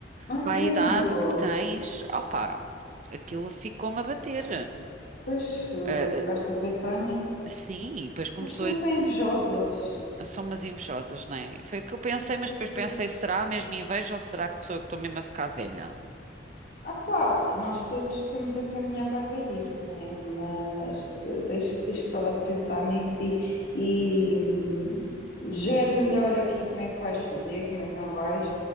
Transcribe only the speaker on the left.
Ah,
credo.
Pois, eh,
ficaste a pensar nisso.
Mas também
são invejosas.
Acho
que
é assim.
Ah pá, nós todos estamos a caminhar para a velhice, né? Mas eh, deixa, deixa parar de pensar nisso e, e hum, gere melhor aqui como é que vais fazer, como é que não vais.